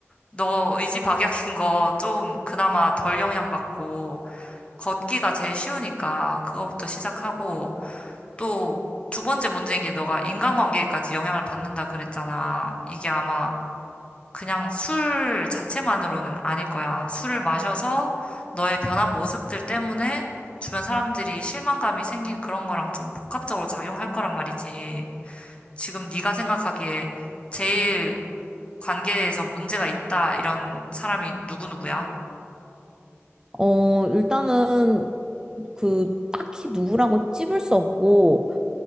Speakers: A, on the left; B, on the right.
A: 너 의지박약인 거 좀 그나마 덜 영향받고 걷기가 제일 쉬우니까 그거부터 시작하고 또 두 번째 문제인 게 너가 인간관계까지 영향을 받는다 그랬잖아. 이게 아마 그냥 술 자체만으로는 아닐 거야. 술을 마셔서 너의 변한 모습들 때문에 주변 사람들이 실망감이 생긴 그런 거랑 좀 복합적으로 작용할 거란 말이지. 지금 네가 생각하기에 제일 관계에서 문제가 있다 이런 사람이 누구누구야?
B: 어, 일단은 그 딱히 누구라고 찝을 수 없고